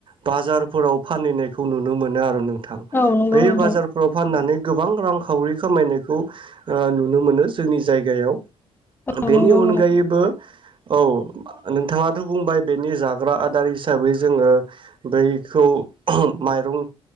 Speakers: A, on the right (about 50°); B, on the left (about 20°).
A: बाजारफोराव फानहोयनाय खौ नुनो मोनो आरो नों थां
B: औ नंगौ
A: बे
B: नोंथां
A: बाजारफ्राव फाननानै गोबां रांखावरि खामायनायखौ ओ नुनो मोनो जोंनि जायगायाव
B: औ
A: बेनि
B: नंगौ
A: उनगायैबो
B: नोंथां
A: औ नोंथाङाथ' बुंबाय बेनि जाग्रा आदार हिसाबै जोङो बैखौ माइरं